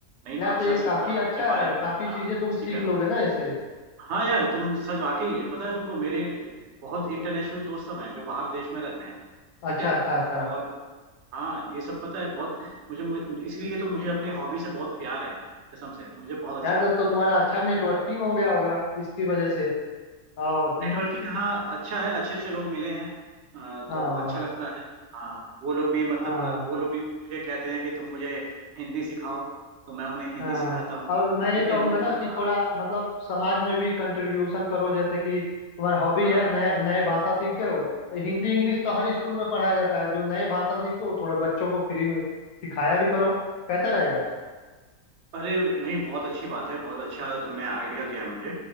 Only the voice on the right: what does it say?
नई
भाषा
सीखना
उनके बारे
में
जानना
दोस्ती
करना
हाँ यार तुम सच वाकई है पता है तुमको मेरे बहुत इंटरनेशनल दोस्त सब हैं जो बाहर देश में रहते हैं ठीक
है
और हाँ ये सब पता है बहुत मुझे, मुझे इसीलिए तो मुझे अपनी हॉबी से बहुत प्यार है यार कसम से मुझे बहुत अच्छा
लगता
है
हाल-
हाँ
नेटवर्किंग हाँ अच्छा है अच्छे अच्छे लोग मिले हैं अ,
तो अच्छा लगता है हाँ वो लोग भी मतलब
अ, वो लोग भी मुझे कहते हैं कि तुम मुझे हिंदी सिखाओ तो मैं उन्हें हिंदी
सिखाता हूँ
ठीक
है वो
हाँ
हाँ
हाँ।
अरे नहीं बहुत अच्छी बात है बहुत अच्छा तुमने आइडिया दिया है मुझे